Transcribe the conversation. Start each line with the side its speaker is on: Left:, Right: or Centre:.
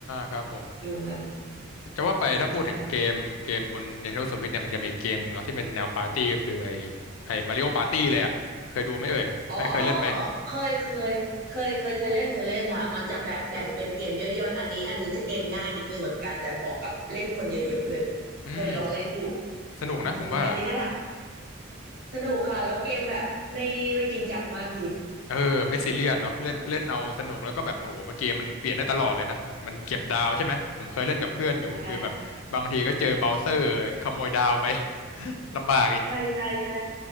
Left: ครับผม
Right: ดูมัน
Left: จะว่าไปถ้าพูดถึงเกมเกมบน
Right: ใช่
Left: Nintendo Switch เนี่ยมันจะมีเกมหนึ่งเนาะที่เป็นแนวปาร์ตี้ก็คือไอ้ไอ้มาริโอปาร์ตี้เลยอ่ะเคยดูไหมเอ่ยเอ้ยเคยเล่นไหม
Right: อ๋อเคยเคยเคยเคยเคยเล่นเคยเล่นค่ะมันจะแบบแบ่งเป็นเกมย่อยๆอันนี้อันนี้จะเกมง่ายนิดนึงเหมือนกันแต่เหมาะกับเล่นคนเยอะๆเลย
Left: อืม
Right: เคยลองเล่นอยู่
Left: สนุกนะผมว่า
Right: อืมอันนี้น่ารักสนุกค่ะแล้วเกมแบบไม่ไม่จริงจังมากดี
Left: เออไม่ซีเรียสเนาะเล่นเล่นเอาสนุกแล้วก็แบบโอ้โหมันเกมมันเปลี่ยนได้ตลอดเลยนะแบบมันเก็บดาวใช่ไหมผมเคยเล่นกับเพื่อนอยู่คือแบบบางทีก็เจอเบราว์เซอร์ขโมยดาวไป
Right: อ่า
Left: <laughs> ลำบากอีก
Right: ใช่ใช่ใช่